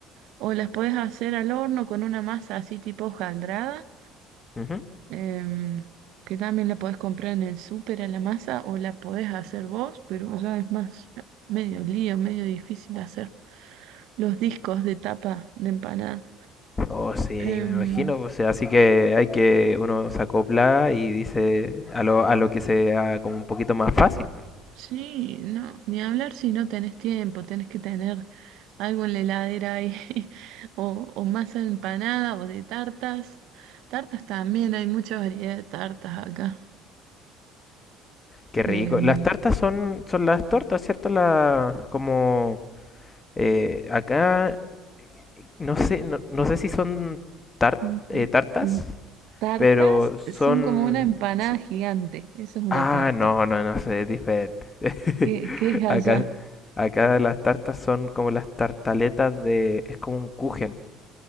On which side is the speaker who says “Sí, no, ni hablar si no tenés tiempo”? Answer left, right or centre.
Right